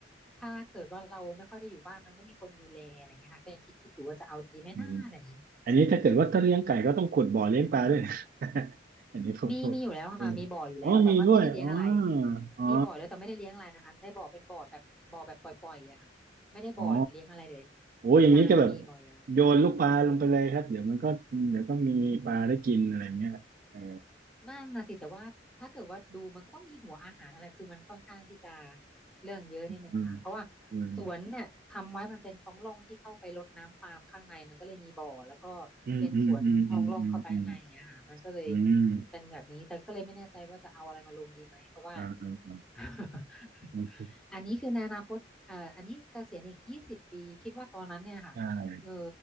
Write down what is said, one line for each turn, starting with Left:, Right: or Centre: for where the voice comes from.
Centre: ถ้าเกิดว่าเราไม่ค่อยได้อยู่บ้านมันไม่มีคนดูแลอะไรเงี้ยค่ะก็ยังคิดคิดอยู่ว่าจะเอาดีไหมหน้าอะไรอย่างงี้
Right: อืมอันนี้ถ้าเกิดว่าถ้าเลี้ยงไก่ก็ต้องขุดบ่อเลี้ยงปลาด้วย <laughs> อันนี้ผมพูดเองอ๋อมีด้วย
Centre: มีมีอยู่แล้วค่ะมีบ่ออยู่แล้วแต่ว่าไม่ได้เลี้ยงอะไร
Right: อ๋ออ๋อ
Centre: มีบ่อแล้วแต่ไม่ได้เลี้ยงอะไรนะคะได้บ่อเป็นบ่อแบบบ่อแบบปล่อยๆอะค่ะไม่ได้บ่อเลี้ยงอะไรเลย
Right: อ๋อโอ้อย่างนี้ก็แบบ
Centre: ใช่มีบ่ออยู่แล้ว
Right: โยนลูกปลาลงไปเลยครับ เดี๋ยวมันก็เดี๋ยวก็มีปลาได้กินอะไรเงี้ยเออ
Centre: นั่นน่ะสิแต่ว่าถ้าเกิดว่าดูมันก็ต้องมีหัวอาหารอะไรคือมันค่อนข้างที่จะเรื่องเยอะนิดนึงอะค่ะเพราะว่า
Right: อืมอืม
Centre: สวนเนี่ยทำไว้มันเป็นท้องร่องที่เข้าไปรดน้ำปาล์มข้างในมันก็เลยมีบ่อแล้วก็
Right: อืมอืมอืมอืมอืม
Centre: เป็นสวนท้องร่องเข้าไปข้างในอย่างเงี้ยค่ะมันก็เลย
Right: อืมอืม
Centre: เป็นแบบนี้แต่ก็เลยไม่แน่ใจว่าจะเอาอะไรมาลงดีไหมเพราะว่า
Right: อ่าอ่าอ่า
Centre: <laughs>
Right: อืม
Centre: อันนี้คือในอนาคตเอ่ออันนี้เกษียณอีกยี่สิบปีคิดว่าตอนนั้นเนี่ยค่ะเออ
Right: ใช่